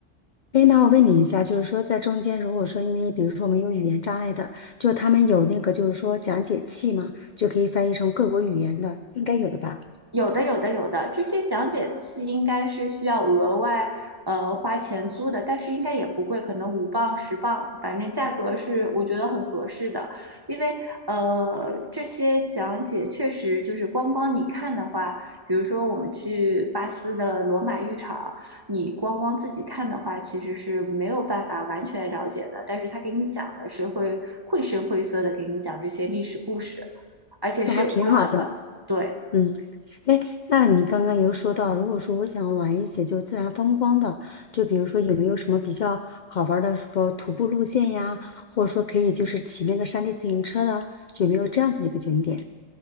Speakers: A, on the left; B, on the right.
A: 哎，那我问你一下，就是说在中间，如果说因为比如说我们有语言障碍的，就他们有那个就是说讲解器嘛，就可以翻译成各国语言的，应该有的吧？
B: 有的，有的，有的，这些讲解器应该是需要额外呃花钱租的，但是应该也不贵，可能五磅十磅，反正价格是我觉得很合适的。因为呃这些讲解确实就是光光你看的话，比如说我们去巴斯的罗马浴场，你光光自己看的话，其实是没有办法完全了解的。但是他给你讲的是会绘声绘色的给你讲这些历史故事，而且是有中文，
A: 那还挺好的。
B: 对。
A: 嗯。哎，那你刚刚有说到，如果说我想玩一些就自然风光的，就比如说有没有什么比较好玩儿的什么徒步路线呀，或者说可以就是骑那个山地自行车的，就有没有这样子一个景点？